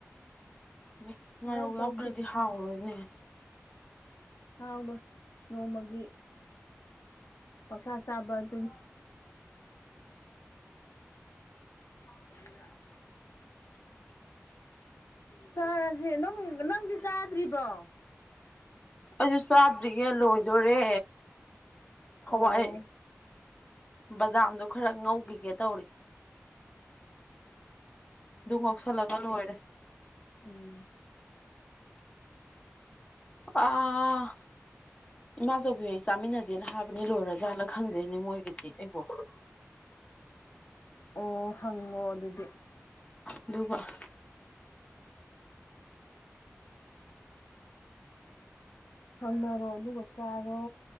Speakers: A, on the left; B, on the left.
A: ꯎ
B: ꯉꯥꯔꯧ
A: ꯉꯧ
B: ꯇꯧꯗꯦ
A: ꯌꯥꯎꯈ꯭ꯔꯗꯤ ꯍꯥꯎꯔꯣꯏꯅꯦ
B: ꯍꯥꯎꯅ ꯅꯣꯡꯃꯒꯤ ꯄꯛꯁꯥ ꯆꯥꯕ ꯑꯗꯨꯅꯤ ꯀꯕꯤꯗ ꯆꯥꯔꯁꯦ ꯅꯪ ꯅꯪꯗꯤ ꯆꯥꯗ꯭ꯔꯤꯕ꯭ꯔꯣ
A: ꯑꯩꯁꯨ ꯆꯥꯗ꯭ꯔꯤꯒꯦ ꯂꯣꯏꯗꯣꯔꯦ
B: ꯑꯣ
A: ꯍꯋꯥꯏ ꯕꯗꯥꯝꯗꯣ ꯈꯔ ꯉꯧꯈꯤꯒꯦ ꯇꯧꯔꯤ
B: ꯎꯝ
A: ꯑꯗꯨ ꯉꯧꯁꯜꯂꯒ ꯂꯣꯏꯔꯦ
B: ꯎꯝ
A: ꯑꯥ ꯏꯃꯥꯆꯧꯕꯤ ꯑꯩ ꯆꯥꯃꯤꯟꯅꯁꯦꯅ ꯍꯥꯏꯕꯅꯤ ꯂꯣꯏꯔ ꯖꯥꯠꯂ ꯈꯪꯗꯣꯏꯅꯦ ꯃꯣꯏꯒꯤꯗꯤ ꯑꯩꯕꯣ
B: ꯑꯣ ꯍꯪꯉꯣ ꯑꯗꯨꯗꯤ
A: ꯑꯗꯨꯒꯕ
B: ꯍꯪꯅꯔꯣ ꯑꯗꯨꯒ ꯆꯥꯔꯣ